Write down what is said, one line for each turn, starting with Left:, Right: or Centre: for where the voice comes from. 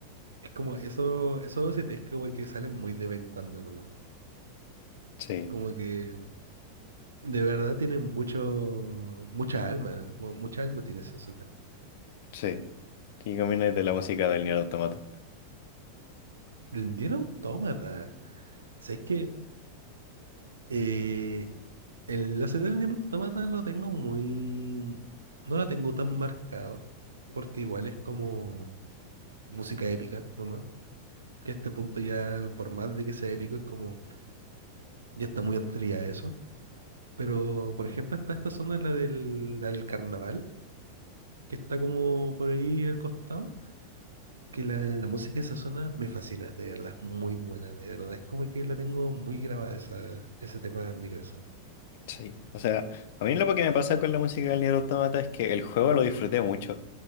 Right: es como eso, esos OSTs que, güey, que salen muy de vez en cuando nomás.
Left: Sí,
Right: Como que de verdad tienen mucho, mucha alma, mu- mucha alma tiene ese OST.
Left: sí. ¿Y qué opinas de la música del Nier Automata?
Right: El Nier Automata. ¿Sabes que el OST del Nier Automata lo tengo muy, no lo tengo tan marcado, porque igual es como música épica nomás que a este punto ya, por más de que sea épico, es como, ya está muy atrevida eso. Pero, por ejemplo, está esta zona, la del, la del carnaval, que está como por ahí al costado, que la, la música de esa zona me fascina, de verdad, es muy buena, de verdad, es como que la tengo muy grabada esa, ese tema en mi cabeza.
Left: Sí, o sea, a mí lo que me pasa con la música del Nier Automata es que el juego lo disfruté mucho